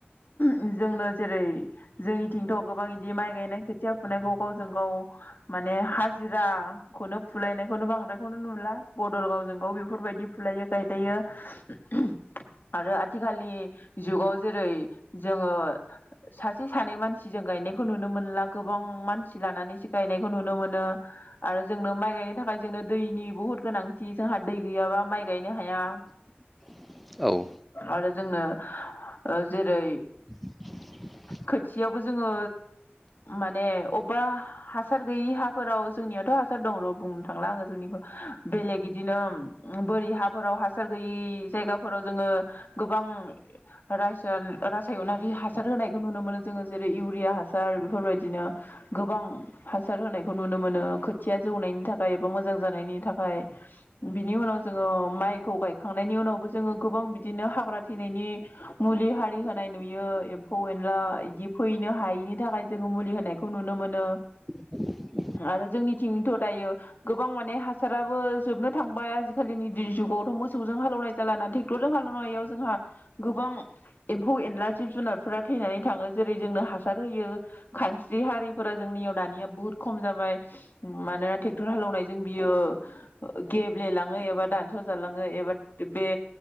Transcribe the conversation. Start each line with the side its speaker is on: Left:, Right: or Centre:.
Left: गौ जोंनो जेरै जोंनिथिंथ' गोबां बिदि माइ गायनाय खोथिया फुनाय गाव जों गाव माने जिराखौनो फुलायनायखौनो बांद्रायखौनो नुला बदल गावजों गाव बेफोरबायदि फुलायो गायलायो। <unintelligible> आरो आथिखालनि जुगाव जेरै जोङो सासे सानै मानसिजों गायनायखौ नुनो मोनला गोबां मानसि लानानैसो गायनायखौ नुनो मोनो। आरो जोंनो माइ गायनो थाखाय जोंनो दैनि बहुद गोनांथि जोंहा दै गैयाबा माइ गायनो हाया
Centre: <inaudible> औ
Left: आरो जोंनो ओ जेरै
Centre: <inaudible>
Left: खोथियावबो जोङो माने अबेबा हासार गैयि हाफोराव जोंनियावथ' हासार दं र' बुंनो थांला आङो जोंनिखौ बेलेग बिदिनो ओम बोरि हाफोराव हासार गैयै जायगाफोराव जोङो गोबां रासाय-रासायनारि हासार होनाय खौ नुनो मोनो जोङो जेरै इउिया हासार बेफोरबायदिनो गोबां हासार होनायखौ नुनो मोनो खोथिया जौनायनि थाखाय एबा मोजां जानायनि थाखाय बिनि उनाव जोङो माइखौ गायखांनायनि उनावबो जोङो गोबां बिदिनो हाग्रा थैनायनि मुलि हारि होनाय नुयो एमफौ एनला इदि फैनो हायिनि थाखाय जोङो मुलि होनायखौ नुनो मोनो।
Centre: <inaudible>
Left: आरो जोंनिथिंथ' दायो गोबां माने हासारयाबो जोबनो थांबाय आजि खालिनि दि जुगाव खौथ' मोसौजों हाल एवनाय जाला ना ट्रेक्टर जों हालनायाव जोंहा गोबां एम्फौ एनला जिब जुनार फोरा थैनानै थाङो जेरै जोंनो हासार होयो खानस्रि हारिफोरा जोंनियाव दानिया बहुद खम जाबाय ओम मानोना ट्रेक्टर हालेवनायजों बियो गेब्लेलाङो एबा दानस' जालाङो एबा बे